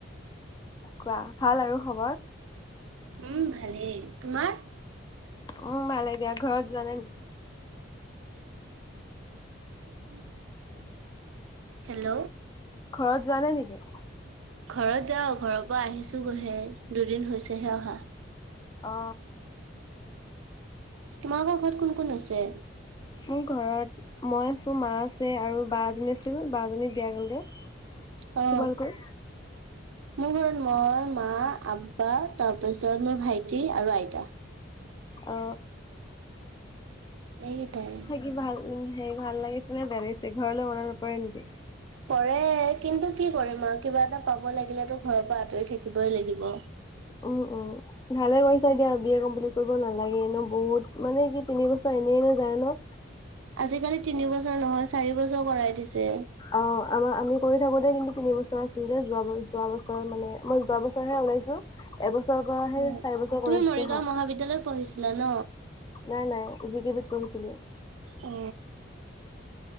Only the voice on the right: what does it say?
উম ভালেই, তোমাৰ?
<inaudible> হেল্ল।
ঘৰত যাওঁ ঘৰৰ পৰা আহিছোগৈহে দুদিন হৈছেহে অহা।
তোমালোকৰ ঘৰত কোন কোন আছে?
অ।
মোৰ ঘৰত মই, মা, আপা তাৰপিছত মোৰ ভাইটি আৰু আইতা।
এইকেটাই।
পৰে কিন্তু কি কৰিম আৰু কিবা এটা পাব লাগিলেতো ঘৰৰ পৰা আঁতৰি থাকিবই লাগিব।
আজিকালি তিনিবছৰ নহয় চাৰি বছৰ কৰাই দিছে।
উম।
তুমি
মৰিগাঁও
মহাবিদ্যালয়ত পঢ়িছো। লা ন।
অ।